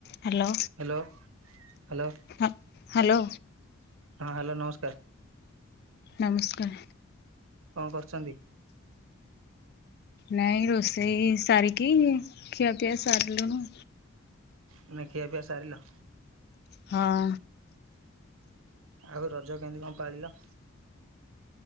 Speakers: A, on the left; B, on the right.
A: Hello
B: hello hello
A: ହଁ। Hello.
B: ହଁ hello ନମସ୍କାର।
A: ନମସ୍କାର।
B: କଁ କରୁଚନ୍ତି।
A: ନାଇଁ ରୋଷେଇ ସାର କି ଖିଆ ପିଆ ସାର ଲୁଣୁ।
B: ଏଇନା ଖିଆ ପିଆ ସାରିଲ।
A: ହଁ।
B: ଆଉ ରଜ କେମିତି କଁ ପାଳିଲ।